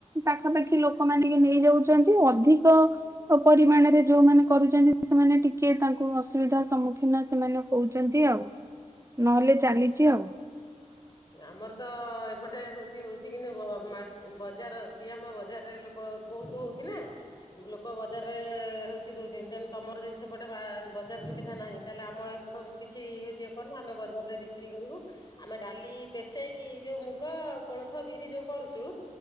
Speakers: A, on the right; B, on the left.
A: ପାଖାପାଖି ଲୋକ ମାନେ ନେଇଯାଉଚନ୍ତି ଅଧିକ ଓପରିମାଣରେ ଯୋଉମାନେ କରୁଚନ୍ତି ସେମାନେ ଟିକେ ତାଙ୍କୁ ଅସୁବିଧା ସମ୍ମୁଖୀନ ସେମାନେ କହୁଚନ୍ତି ଆଉ ନହେଲେ ଚାଲିଚି ଆଉ
B: ଆମର ତ ଏପଟେ ହଉଚି ହଉଛି କିନି ମା-ବଜାର ଅଛି ଆମ ବଜାରରେ ଲୋ ହଁ ବହୁତ ହଉଚି ନା? ଲୋକ ବଜାରରେ ହେଉଚି ଦେଉଛନ୍ତି ତେଣୁ ତମର ଯଦି ସେପଟେ ବା-ବଜାର ସୁବିଧା ନାହିଁ ତାହେଲେ ଆମର ଏ ସେଠାକୁ କିଛି ହଉଚି କରନା ଆମେ ବଜାରରେ ବିକ୍ରି କରିବୁ ଆମେ ଡାଲି ପେଶେଇକି ଯୋଉ ମୁଗ, କୋଳଥ, ବିରି ଯୋଉ କରୁଚୁ।